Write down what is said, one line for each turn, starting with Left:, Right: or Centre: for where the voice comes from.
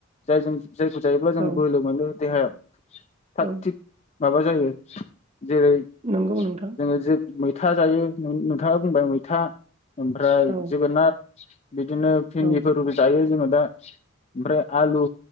Left: जाय जों जायखौ जायोब्ला जों
Right: औ
Left: बोलो मोनो देहायाव थाकथिग
Right: औ
Left: माबा जायो जेरै
Right: नंगौ नोंथां
Left: जोङो जो मै था जायो नोंथाङा बुंबाय मैथा। ओमफ्राय
Right: औ
Left: जोगोनात बिदिनो भिन्दिफोरबो
Right: औ
Left: जायो जोङो दा ओमफ्राय आलु